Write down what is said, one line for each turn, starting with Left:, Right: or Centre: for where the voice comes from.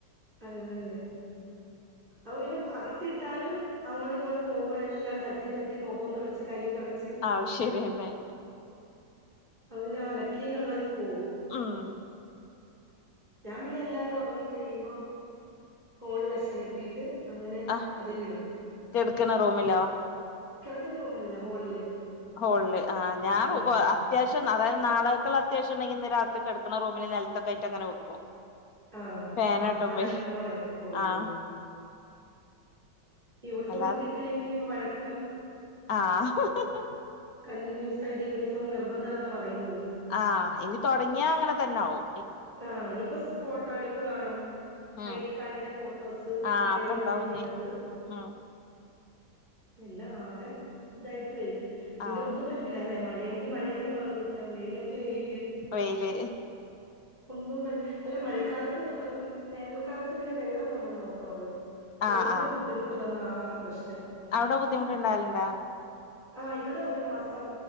Right: അതു തന്നെ. അവെ അകത്തിട്ടാലും അങ്ങോട്ടും ഇങ്ങോട്ടും പോകുമ്പോഴെല്ലാം തട്ടി തട്ടി മുഖവും തുടച്ച് കയ്യും തുട
Left: ആ ശരിതന്നെ
Right: അവന് അലക്കീനുള്ളത് ഓ
Left: ഉം
Right: ഞാൻ പിന്നെ എല്ലാരും ഒറങ്ങി കഴിയുമ്പം ഹോളിൽ അഷ കെട്ടിയിട്ട് അങ്ങനെ
Left: ആ
Right: അതിലിടും
Left: കെടക്കണ റൂമിലോ?
Right: കെടക്കുന്ന റൂമിലല്ല ഹോളില്
Left: ഹോളില് ആ ഞാൻ
Right: ഉം
Left: അത്യാവശ്യം അതായത് നാളേക്കുള്ള അത്യാവശ്യം ട്ടുണ്ടങ്കി ഇന്ന് രാത്രി കെടക്കണ റൂമില് നെലത്തൊക്ക ആയിട്ടങ്ങനെ വെക്കും.
Right: ആ
Left: ഫാനാട്ടുമ്പേ
Right: ആ ഫാൻ ഇടുമ്പോ ഒണങ്ങിക്കോള്ളൂല്ലോ.
Left: ആഹ്
Right: ഇവിടെ
Left: അല്ലാതെ
Right: നമക്ക് ഇട്ടില്ലെങ്കിലും <unintelligible>
Left: ആഹ് ഹാ ഹിഹ
Right: കണ്ടിന്യൂസായിട്ട് യൂണി ഇ <unintelligible> നിർബന്ധ ഉള്ള പറയുന്നത്
Left: ആ ഇനി തുടങ്ങിയാ അങ്ങനെ തന്നാവും
Right: ആ ഇനിയിപ്പോ ഫോട്ടോ എടുപ്പ് കാണും
Left: ഉം
Right: ഐ ഡി കാർഡിന്റെ ഫോട്ടോസ്
Left: ആഹ്
Right: ഡയറിയിൽ
Left: ഒക്കെ ഇണ്ടാവും
Right: ഒട്ടിക്കേണ്ടത്
Left: ഇഞ് ഉം
Right: ഇല്ല ആകെ ഇതായിട്ട് വരും പിന്നെ
Left: ആഹ്
Right: ഒന്നും പറ്റൂല അല്ലെ മഴയെങ്കി മഴയെന്ന് പറഞ്ഞു കുറ്റം വെയിലെങ്കി വെയിൽ എ
Left: വെയില്
Right: ഒന്നും <unintelligible> അല്ല മഴക്കാലത്ത് വേനൽക്കാലത്ത് പിന്നെ വെള്ളം നമ്മള് നോക്കണോല്ലോ വെള്ളത്തിന്
Left: ആഹ് ആഹ്
Right: ബുദ്ധിമുട്ട് വന്ന ആ ആ പ്രശ്നം
Left: അവിടെ ബുദ്ധിമുട്ട് ഇണ്ടാവല്ണ്ടാ
Right: ആ ഇവിടെ ഒരു മാസം